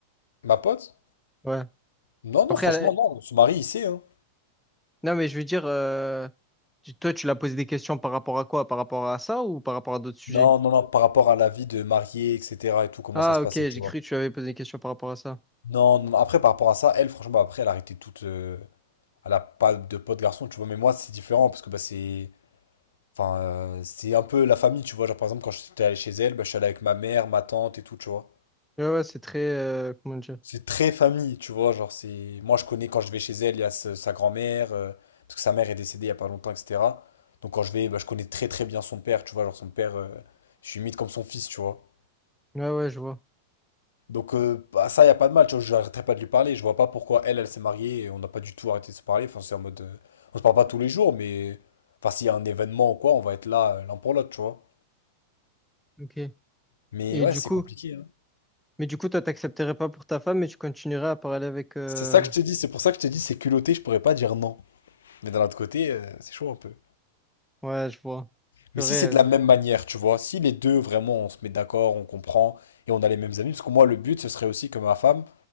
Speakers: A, on the left (about 80°); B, in the centre.
A: ma pote.
B: Ouais.
A: Non, non,
B: Après,
A: franchement,
B: elle-
A: non, on se marie, il sait, hein.
B: non, mais je veux dire, euh, tu- toi, tu l'as posé des questions par rapport à quoi? Par rapport à ça ou par rapport à d'autres sujets?
A: Non, non, non, par rapport à la vie de mariée, etc. et tout, comment
B: Ah,
A: ça se
B: ok,
A: passait,
B: j'ai
A: tu vois.
B: cru que tu avais posé des questions par rapport à ça.
A: Non, non, après, par rapport à ça, elle, franchement, après, elle a arrêté toute. euh, elle a pas de pote garçon, tu vois, mais moi, c'est différent parce que bah, c'est. Enfin, euh, c'est un peu la famille, tu vois. Genre, par exemple, quand j'étais allé chez elle, bah, je suis allé avec ma mère, ma tante et tout, tu vois.
B: Ouais, ouais, c'est très... euh, comment dire?
A: C'est très famille, tu vois. Genre, c'est. Moi, je connais quand je vais chez elle, il y a ce- sa grand-mère, euh, parce que sa mère est décédée il y a pas longtemps, etc. Donc, quand je vais, bah, je connais très, très bien son père, tu vois. Genre, son père, euh, je suis limite comme son fils, tu vois.
B: Ouais, ouais, je vois.
A: Donc euh, bah, ça, il a pas de mal, tu vois, j'arrêterai pas de lui parler. Je vois pas pourquoi elle, elle s'est mariée et on n'a pas du tout arrêté de se parler. Enfin, c'est en mode... euh, on se parle pas tous les jours, mais... Enfin, s'il y a un événement ou quoi, on va être là euh, l'un pour l'autre, tu vois.
B: Ok.
A: Mais
B: Et
A: ouais,
B: du
A: c'est
B: coup,
A: compliqué. hein.
B: mais du coup, toi, t'accepterais pas pour ta femme, mais tu continuerais à parler avec... euh,
A: C'est ça que je te dis, c'est pour ça que je te dis, c'est culotté, je pourrais pas dire non. Mais d'un autre côté, euh, c'est chaud un peu.
B: Ouais, je vois.
A: Mais
B: c'est
A: si
B: vrai
A: c'est de la même manière, tu vois, si les deux, vraiment, on se met d'accord, on comprend, et on a les mêmes amis, parce que moi, le but, ce serait aussi que ma femme,